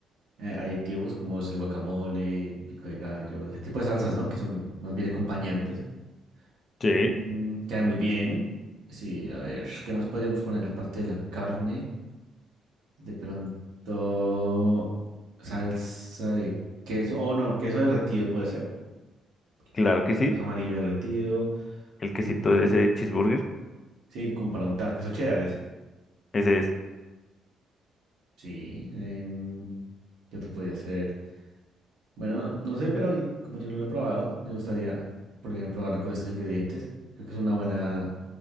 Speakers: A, on the right; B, on the left.
A: eh, aditivos como es el guacamole, el pico de gallo, ese tipo de salsas, ¿no? Que son más bien acompañantes.
B: Sí,
A: Mm, queda muy bien. Sí, a ver, ¿qué más podríamos ponerle aparte de la carne? De pronto, salsa de queso, oh no, queso derretido puede ser. Un poquito
B: claro
A: de como
B: que
A: ese
B: sí.
A: queso amarillo derretido.
B: El quesito
A: Así,
B: de ese cheeseburger,
A: sí, como para untar queso cheddar. es.
B: ese es.
A: Sí, em, ¿qué otro podría ser? Bueno, no sé, pero in- como yo no lo he probado, me gustaría primero probarlo con estos ingredientes. Creo que es una buena,